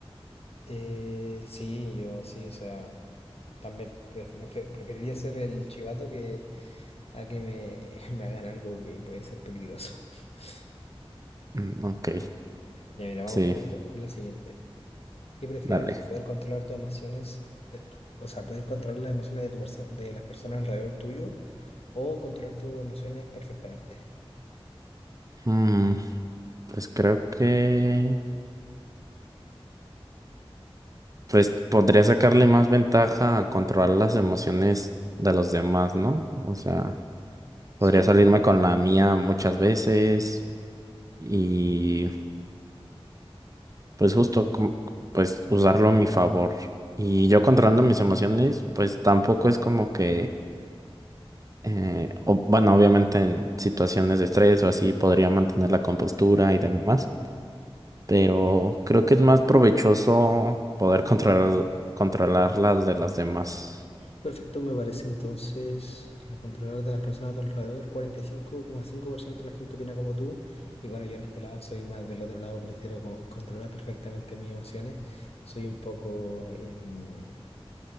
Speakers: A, on the left; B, on the right.
A: eh, sí, yo sí, o sea, también pref- me fe- preferiría ser el chivato que a que me, <laughs> me hagan algo que puede ser peligroso. <laughs>
B: Mm, ok,
A: Ya, mira, vamos
B: sí,
A: con la, con la siguiente. ¿Qué prefieres?
B: dale.
A: ¿Poder controlar tus emociones? de- o sea, poder controlar las emociones de tu perso- de las personas alrededor tuyo o controlar tus emociones perfectamente.
B: Mm, pues creo que... Pues podría sacarle más ventaja a controlar las emociones de los demás, ¿no? O sea,
A: ¿Sí?
B: podría salirme con la mía muchas veces y... pues justo, como- pues usarlo a mi favor. Y yo controlando mis emociones, pues tampoco es como que, eh, o- bueno, obviamente en situaciones de estrés o así podría mantener la compostura y demás, pero creo que es más provechoso poder controlar, controlar las de las demás.
A: Perfecto, me parece entonces la controlar de las personas a tu alrededor, 45,5% de la gente opina como tú. Y bueno, yo en este lado soy más del otro lado, prefiero co- controlar perfectamente mis emociones. Soy un poco... em,